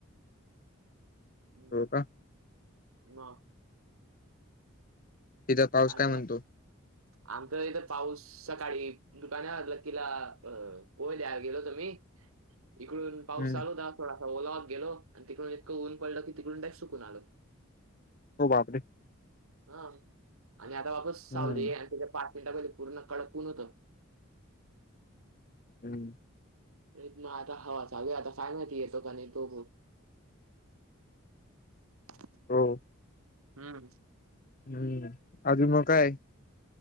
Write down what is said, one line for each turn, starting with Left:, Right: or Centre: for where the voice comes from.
Right: हम्म.
Left: हो का
Right: मग
Left: तिथं पाऊस
Right: का
Left: काय म्हणतो
Right: <inaudible> आमच इथं पाऊस सकाळी दुकान <inaudible> लकीला पोयल्या गेलो होतो मी इकडून पाऊसचालो
Left: हम्म
Right: थोडासा ओलावा गेलो आणि तिकडून इतकं ऊन पडलं की तिकडून ट सुकून आलो.
Left: हो बापरे
Right: हा आणि आता वापस सावली
Left: हम्म
Right: आणि त्याच्या पाच मिनिटा ग पूर्ण कडक ऊन होतं.
Left: हम्
Right: ते ना आता हवा चालु आता काय माहिती येतो का नाही तो <inaudible>
Left: हो
Right: हम्म
Left: हम्म अजून मग काय?